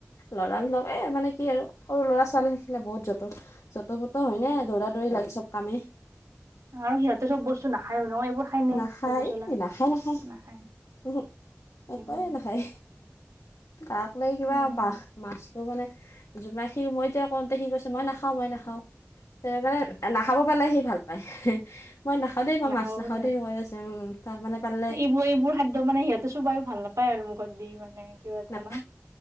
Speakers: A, on the left (about 85°); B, on the right (about 85°).
A: ল'ৰা লগে মানে কি আৰু সৰু ল'ৰা-ছোৱালী থাকিলে বহুত যতন যত ত'- ব'ত' হয় নে
B: উম
A: দৌৰা-দৌৰি লাগ চব কামেই।
B: আৰু সিহঁতে চব বস্তু নাখায়ও ন এইবোৰ খাই নে
A: নাখায়,
B: কল পচলা
A: নাখায়-নাখায়,
B: নাখায়
A: উম্হু।
B: উম
A: একোৱেই নাখায়। তাক লৈ কিবা
B: উম
A: বাস মাছটো মানে জোমা সি মই এতিয়া কওঁতে সি কৈছে মই নাখাও মই নাখাও, তে মানে নাখাব পালে সি ভাল পায়, মই নাখাওঁ দেই মই
B: নাখাব
A: মাছ নাখাওঁ
B: পাৰে
A: দেই, কৈ আছে, উম। তাক মানে পাৰিলে
B: এইবোৰ এইবোৰ খাদ্য মানে সিহঁতে চোবাইয়ো ভাল নাপায় আৰু মুখত দি মানে কিবা এটা
A: না
B: ন!